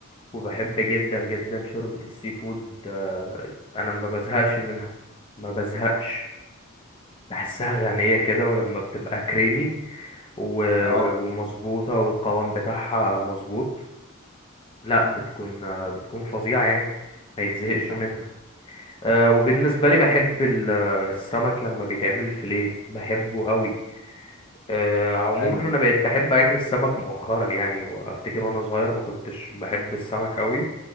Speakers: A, on the left (about 25°); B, on the left (about 80°).
A: وبحب جدا جدا شوربة السي فود آه، انا ما بزهقش منها ما بزهقش بحسها غنية كده ولما بتبقى كريمي و-
B: اه
A: و- ومظبوطة والقوام بتاعها مظبوط لا بتكون آه، بتكون فظيعة يعني ما يتزهقش
B: صح
A: منها آه، وبالنسبة لي بحب ال- آه، السمك لما بيتعمل فيليه بحبه قوي آه، عموما
B: أيوة
A: انا بقيت بحب اكل السمك مؤخرا يعني وافتكر وانا صغير ما كنتش بحب السمك قوي